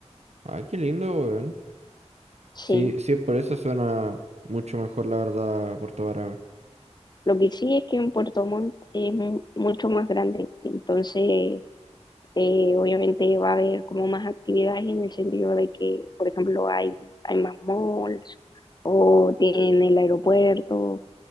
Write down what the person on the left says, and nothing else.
Sí,
lo que sí es que en Puerto Montt es mu- mucho más grande. Entonces Eh, obviamente va a haber como más actividades en el sentido de que, por ejemplo, hay, hay más malls o tienen el aeropuerto,